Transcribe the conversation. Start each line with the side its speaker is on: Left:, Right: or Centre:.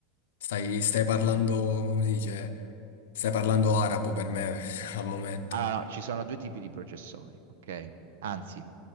Left: Stai, stai parlando, come si dice, stai parlando arabo per me <laughs> al momento.
Right: Allora, no, ci sono due tipi di processori, ok? Anzi,